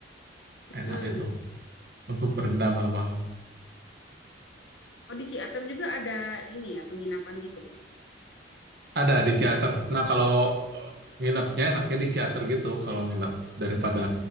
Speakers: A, on the left (about 75°); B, on the right (about 55°).
A: Mm-mm.
B: Enak itu untuk berendam malam-malam.
A: Oh di Ciater juga ada ini ya penginapan gitu.
B: Ada di Ciater. Nah, kalau eh, nginepnya enaknya di Ciater gitu. Kalau nginep daripada